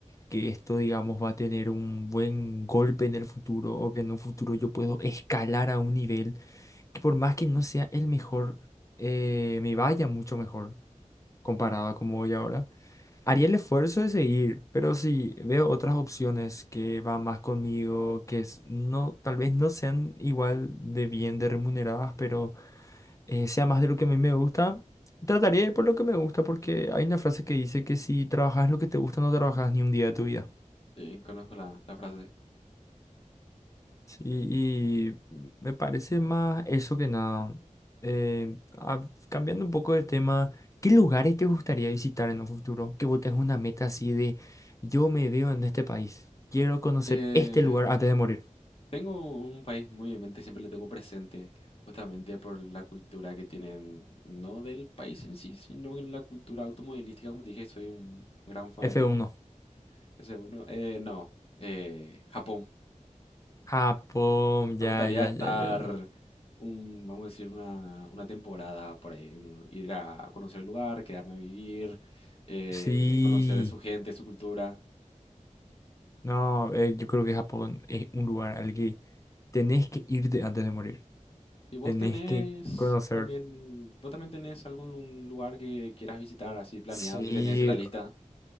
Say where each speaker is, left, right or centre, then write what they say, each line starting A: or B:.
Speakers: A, on the left; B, on the left.
A: que esto, digamos, va a tener un buen golpe en el futuro o que en un futuro yo puedo escalar a un nivel que por más que no sea el mejor, eh, me vaya mucho mejor comparado a como voy ahora. Haría el esfuerzo de seguir, pero si veo otras opciones que van más conmigo, que es- no, tal vez no sean igual de bien de remuneradas, pero eh, sea más de lo que a mí me gusta, trataría de ir por lo que me gusta, porque hay una frase que dice que si trabajas lo que te gusta, no trabajas ni un día de tu vida.
B: Sí, conozco la, la frase.
A: Sí, y me parece más eso que nada. Eh, ah, cambiando un poco de tema, ¿qué lugares te gustaría visitar en un futuro? Que vos tengas una meta así de yo me veo en este país, quiero conocer
B: Eh,
A: este lugar antes de morir.
B: tengo un país muy en mente, siempre le tengo presente, justamente por la cultura que tienen, no del país en sí, sino en la cultura automovilística, como te dije, soy un gran fanático,
A: f uno
B: ese uno. Eh, no, eh, Japón.
A: Japón,
B: Me
A: ya,
B: gustaría
A: ya,
B: estar,
A: ya, ya, ya.
B: un, vamos a decir, una, una temporada por ahí, un- ir a conocer el lugar, quedarme a vivir, eh,
A: Sí,
B: conocer su gente, su cultura.
A: no, eh, yo creo que Japón es un lugar al que tenés que irte antes de morir.
B: ¿Y vos
A: Tenés
B: tenés
A: que conocer.
B: también, vos también tenés algún lu- lugar que quieras visitar así planeado,
A: Sí,
B: que tenés en la lista?